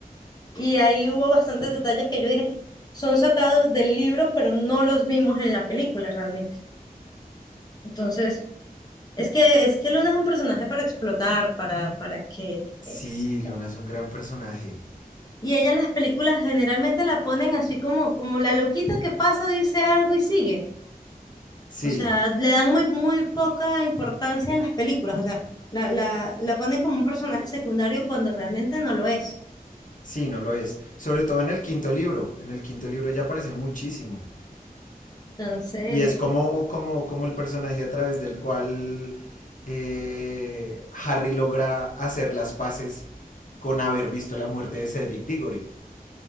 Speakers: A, on the left (about 25°); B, on the left (about 55°).
A: Y ahí hubo bastantes detalles que yo dije, son sacados del libro, pero no los vimos en la película realmente. Entonces, es que, es que Luna es un personaje para explotar, para, para que... es-
B: Sí, Luna es un gran personaje.
A: Y ella en las películas generalmente la ponen así como, como la loquita que pasa, dice algo y sigue.
B: Sí,
A: O sea, le dan muy, muy poca importancia en las películas. O sea, la, la, la ponen como un personaje secundario cuando realmente no lo es.
B: sí, no lo es. Sobre todo en el quinto libro. En el quinto libro ya aparece muchísimo.
A: Entonces,
B: Y es como, como, como el personaje a través del cual eh, Harry logra hacer las paces con haber visto la muerte de Cedric Diggory.